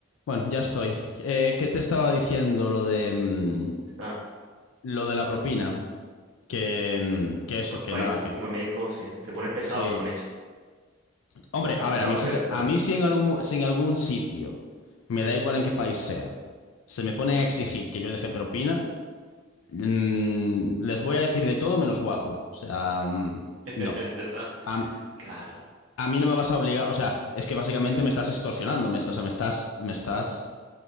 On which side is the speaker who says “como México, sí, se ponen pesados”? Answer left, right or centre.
Right